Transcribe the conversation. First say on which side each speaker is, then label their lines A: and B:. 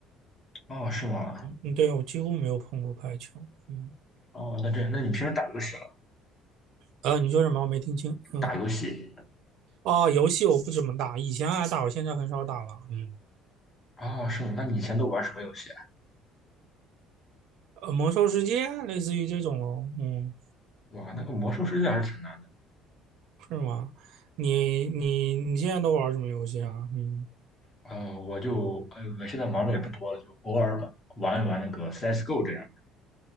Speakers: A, on the left (about 20°); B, on the right (about 60°).
A: 哦，是吗？
B: 嗯，对，我几乎没有碰过排球。嗯，
A: 哦，那这，那你平时打游戏了？
B: 呃，你说什么？我没听清。嗯，
A: 打游戏？
B: 哦，游戏我不怎么打，以前爱打，我现在很少打了。嗯，
A: 哦，是吗？那你以前都玩什么游戏啊？
B: 呃，魔兽世界类似于这种咯。嗯。
A: 哇，那个魔兽世界还是挺难的。
B: 是吗？你你你现在都玩什么游戏啊？嗯
A: 呃，我就，呃，我现在玩的也不多了，就偶尔玩玩一玩那个 CS:GO 这样的。